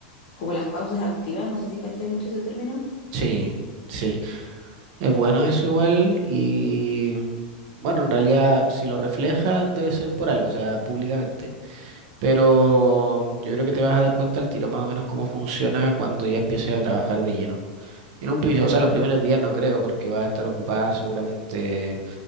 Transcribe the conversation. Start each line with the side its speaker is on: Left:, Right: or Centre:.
Left: como las pausas activas, no sé si cacháis mucho ese término.
Right: Sí, sí, es bueno eso igual y bueno, en realidad si lo reflejan debe ser por algo, o sea, públicamente. Pero yo creo que te vas a dar cuenta al tiro más o menos cómo funciona cuando ya empieces a trabajar de lleno. En un principio, o sea, los primeros días no creo, porque va a estar ocupada seguramente